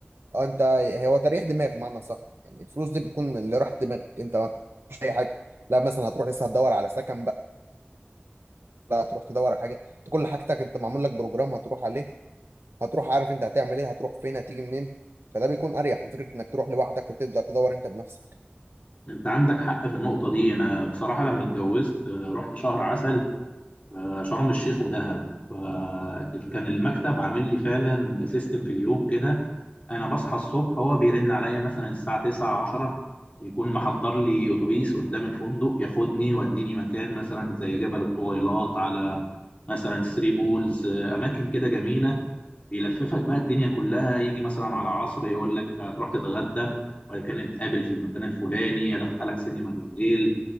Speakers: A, on the right; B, on the left.
A: أو أنت هو تريح دماغ بمعنى صح يعني الفلوس دي بتكون اللي راح دماغك أنت ما مش أي حاجة لا مثلا هتروح لسه هتدور على سكن بقى لا هتروح تدور على حاجة أنت كل حاجتك أنت معمول لك بروجرام هتروح عليه هتروح عارف أنت هتعمل إيه هتروح فين هتيجي منين فده بيكون أريح من فكرة إنك تروح لوحدك وتبدأ تدور أنت بنفسك
B: انت عندك حق في النقطة دي انا بصراحة لما اتجوزت آه، رحت شهر عسل آه، شرم الشيخ ودهب فكان المكتب عامل لي فعلا سيستم في اليوم كده انا بصحى الصبح هو بيرن عليا مثلا الساعه 9 10 يكون محضر لي اتوبيس قدام الفندق ياخدني يوديني مكان مثلا زي جبل الطويلات على مثلا ثري بولز آه، اماكن كده جميله بيلففك بقى الدنيا كلها يجي مثلا على عصر يقول لك هتروح تتغدى وبعد كده نتقابل في المكان الفلاني يدخلك سينما بالليل